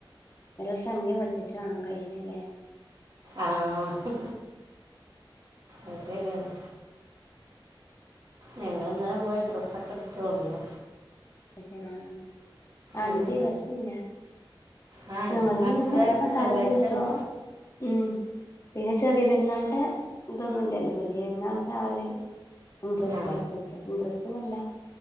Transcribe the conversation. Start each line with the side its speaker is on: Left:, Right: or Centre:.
Left: നല്ലൊരു സംഖ്യ ബഡ്ജറ്റ് വാണം കയ്യിലില്ലേ?
Right: ആഹ് അയ്ശെര്യാണ്. ഞങ്ങള് ഇന്നലെ പോയി ഡ്രസ്സൊക്കെ ഇട്ത്തു വന്നു.
Left: <unintelligible> ആഞ്ഞ്
Right: ഉം.
Left: ദിവസുല്ല.
Right: ആ ഇനിയിപ്പോൾ
Left: ഞങ്ങള്ഞ്ഞ്ങ്ങനെ
Right: അടുത്ത ചൊവ്വാഴ്ച
Left: തലേ ദിവസോ.
Right: അല്ലേ
Left: ഉം പിന്നെ ചെറിയ പെരുന്നാള്ന്റെ ഇതൊന്നുല്ലല്ലോ വലിയ പെരുന്നാള് താഒര് ഇൻട്രസ്റ്റാർക്കുല്ല
Right: ആ
Left: ഇൻട്രസ്റ്റ്ന്നല്ല.